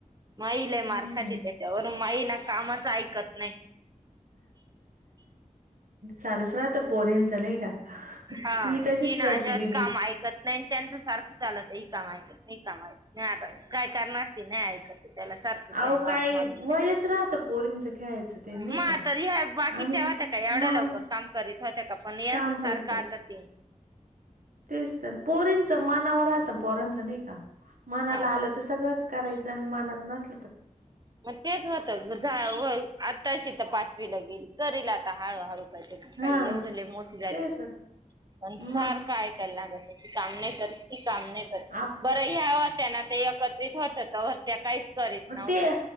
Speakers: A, on the right; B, on the right.
A: मईल
B: हम्म
A: मारखातंय दि त्याच्यावरून माई ना कामाच ऐकत नाही.
B: चालूस रा तर पोरीनच नाही का?
A: हा
B: ही तशीच
A: की ना
B: करते
A: आजात
B: दिदी.
A: काम ऐकत नाही त्यांच सारखं चालत आहे ही काम ऐकत नाही का मा नाही आता काय करणार ती नाही ऐकत. त्या सारखं
B: अहो
A: काही मारून
B: काय
A: मारून का
B: वयच राहतं पोरींचं खेळायचं ते नाही
A: म
B: का
A: तर ह बाकीच्या
B: आणि
A: व का एवढ्या
B: मग
A: लवकर काम करीत होत का पण यांच
B: काम
A: सारखं
B: करतच
A: आता ते
B: तेच तर पोरींच मनावर राहतं पोरांचं नाही का? मनाला
A: हा
B: आलं तर सगळंच करायचं आणि मनात नसल
A: मग तेच होत आताशी तर पाचवी ला गेल करेल आता हळूहळू.
B: हा
A: काही एवढ मोठी झाली
B: तेच तर
A: पण सारखं
B: मग
A: ऐकायला लागाय काम नाही. ती काम नाही करत
B: आप
A: बरं ह्या होत्या ना ते एकत्रित होतर त्या काहीच करीत नव्हत्या
B: ते